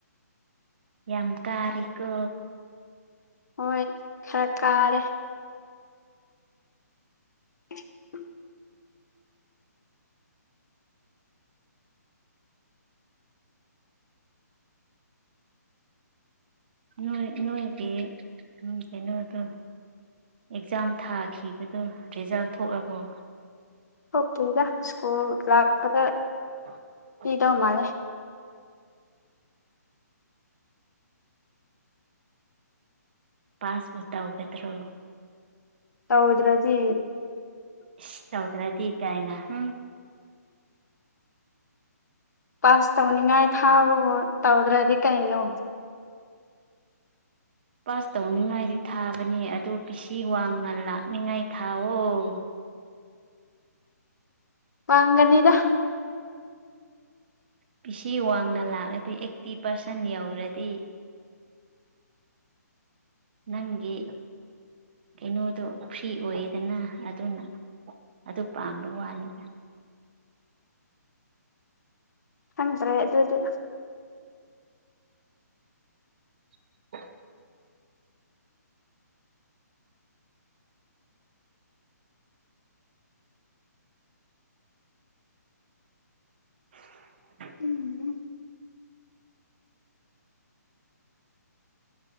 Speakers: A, on the right; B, on the left.
A: ꯌꯥꯝ ꯀꯥꯔꯦꯀꯣ
B: ꯍꯣꯏ ꯈꯔ ꯀꯥꯔꯦ <inaudible>
A: ꯅꯣꯏ ꯅꯣꯏꯒꯤ ꯀꯩꯅꯣꯗꯨ ꯑꯦꯛꯖꯥꯝ ꯊꯥꯈꯤꯕꯗꯨ ꯔꯤꯖꯜ ꯊꯣꯛꯑꯕꯣ
B: ꯊꯣꯛꯇ꯭ꯔꯤꯗ ꯁ꯭ꯀꯨꯜ ꯂꯥꯛꯄꯗ
A: <inaudible>
B: ꯒꯤꯗꯧ ꯃꯥꯂꯦ
A: ꯄꯥꯁꯄꯨ ꯇꯧꯒꯗ꯭ꯔꯣ
B: ꯇꯧꯗ꯭ꯔꯗꯤ
A: ꯏꯁ ꯇꯧꯗ꯭ꯔꯗꯤ ꯀꯥꯏꯅ ꯍꯨꯝ
B: ꯄꯥꯁ ꯇꯧꯅꯤꯡꯉꯥꯏ ꯊꯥꯎꯑꯣ ꯇꯧꯗ꯭ꯔꯗꯤ ꯀꯩꯅꯣ
A: ꯄꯥꯁ ꯇꯧꯅꯤꯡꯉꯥꯏꯗꯤ ꯊꯥꯕꯅꯦ ꯑꯗꯣ ꯄꯤꯁꯤ ꯋꯥꯡꯅ ꯂꯥꯛꯅꯤꯡꯉꯥꯏ ꯊꯥꯎꯑꯣ
B: ꯄꯥꯡꯒꯅꯤꯗ
A: ꯄꯤꯁꯤ ꯋꯥꯡꯅ ꯂꯥꯛꯑꯗꯤ ꯑꯦꯠꯇꯤ ꯄꯥꯔꯁꯟ ꯌꯧꯔꯗꯤ ꯅꯪꯒꯤ ꯀꯩꯅꯣꯗꯨ ꯐ꯭ꯔꯤ ꯑꯣꯏꯑꯦꯗꯅ ꯑꯗꯨꯅ ꯑꯗꯨ ꯄꯥꯝꯕꯩ ꯋꯥꯅꯤꯗ
B: ꯈꯪꯇ꯭ꯔꯦ ꯑꯗꯨꯗꯤ
A: <inaudible> <inaudible>
B: ꯎꯝ